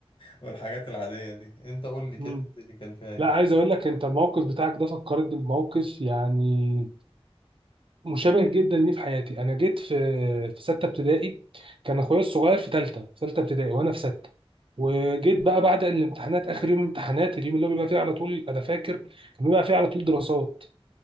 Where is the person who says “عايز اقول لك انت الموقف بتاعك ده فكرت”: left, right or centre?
Right